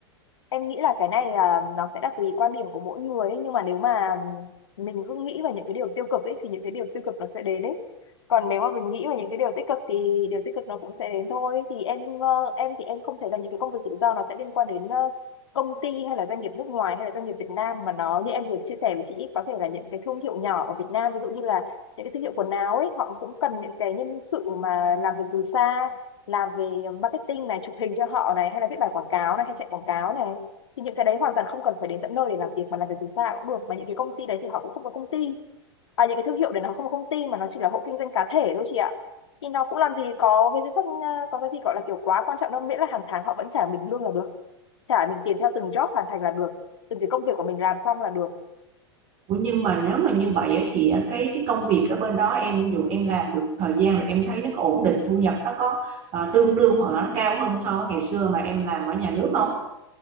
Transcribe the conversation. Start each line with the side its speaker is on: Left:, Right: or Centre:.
Left: em nghĩ là cái này là nó sẽ là tùy quan điểm của mỗi người ấy. nhưng mà nếu mà mình cứ nghĩ về những cái điều tiêu cực ấy thì những cái điều tiêu cực nó sẽ đến ấy còn nếu mà mình nghĩ về những cái điều tích cực thì điều tích cực nó cũng sẽ đến thôi thì em ờ, em thì em không thấy là những cái công việc tự do nó sẽ liên quan đến ờ, công ty hay là doanh nghiệp nước ngoài hay là doanh nghiệp Việt Nam mà nó như em vừa chia sẻ với chị ấy, có thể là những cái thương hiệu nhỏ ở Việt Nam ví dụ như là những cái thương hiệu quần áo ấy họ cũng cần những cái nhân sự mà làm việc từ xa làm về marketing này chụp hình cho họ này hay là viết bài quảng cáo này hay chạy quảng cáo này thì những cái đấy hoàn toàn không cần phải đến tận nơi để làm việc mà làm việc từ xa cũng được mà những cái công ty đấy thì họ cũng không có công ty à những cái thương hiệu đấy nó không có công ty mà nó chỉ là hộ kinh doanh cá thể thôi chị ạ thì nó cũng làm gì có cái gì không ờ, có cái gì gọi là kiểu quá quan trọng đâu miễn là hàng tháng họ vẫn trả mình lương là được trả mình tiền theo từng job hoàn thành là được từng cái công việc của mình làm xong là được
Right: Ủa nhưng mà nếu mà như vậy á, thì á, cái cái công việc ở bên đó em dù em làm được thời gian rồi em thấy nó có ổn định thu nhập nó có ờ, tương đương hoặc là nó cao hơn so với ngày xưa mà em làm ở nhà nước không